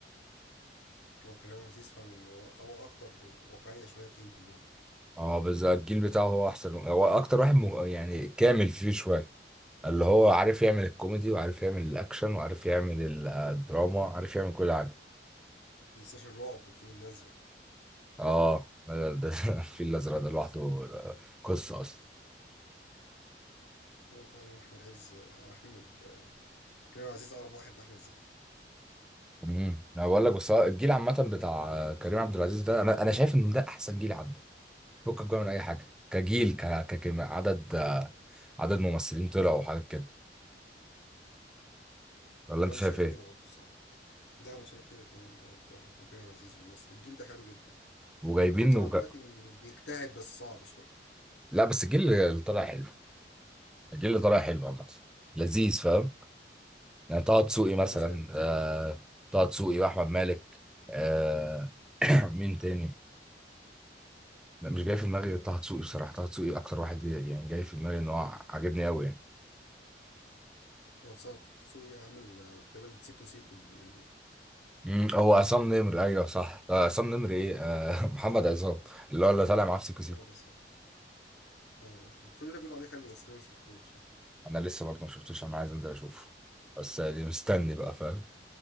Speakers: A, on the left; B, in the centre.
A: هو كريم عزيز فعلا هو هو اكتر واقعية شوية فيهم كلهم يعني
B: اه بس الجيل بتاعه هو احسن هو اكتر واحد مه... يعني كامل فيه شويه اللي هو عارف يعمل الكوميدي وعارف يعمل الاكشن وعارف يعمل ال- آه، الدراما عارف يعمل كل حاجه
A: متنساش الرعب الفيل الازرق
B: اه ده ده <laughs> الفيل الازرق ده لوحده آه، قصه اصلا
A: هو فعلا احمد عز احمد كريم عزيز اقرب واحد لاحمد زكي
B: امم انا بقول لك بس هو الجيل عامه بتاع كريم عبد العزيز ده انا انا شايف ان ده احسن جيل فكك بقى من اي حاجه كجيل ك... ك... كم- عدد آه، عدد ممثلين طلعوا وحاجات كده ولا
A: ده
B: انت
A: انا
B: شايف
A: شايف
B: ايه
A: كده برضه الصراحة ده انا شايف كده تمام اه فعلا هو كريم عزيز والناس الجيل ده حلو جدا
B: وجايبين
A: هو الجيل اللي طالع
B: وك...
A: دلوقتي م- بيجتهد بس صعب شوية
B: لا بس الجيل اللي طالع حلو الجيل اللي طالع حلو عامه لذيذ فاهم يعني طه دسوقي مثلا
A: اللي هما زي البس.
B: آه... طه دسوقي واحمد مالك آه... <clears throat> مين تاني لا مش جاي في دماغي غير طه دسوقي بصراحه طه دسوقي اكتر واحد يعني جاي في دماغي ان هو عاجبني قوي يعني
A: واتساب تسوقي عامل آه، تقريبا سيكو سيكو اليومين دول
B: مم، هو عصام نمر ايوه صح آه، عصام نمر ايه آه <laughs> محمد عصام اللي هو اللي طالع معاه في سيكو سيكو
A: اه ده صح اه الفيلم ده بيقولوا عليه حلو بس انا ما شفتوش يعني
B: انا لسه برضه ما شفتوش انا عايز انزل اشوفه بس يعني مستني بقى فاهم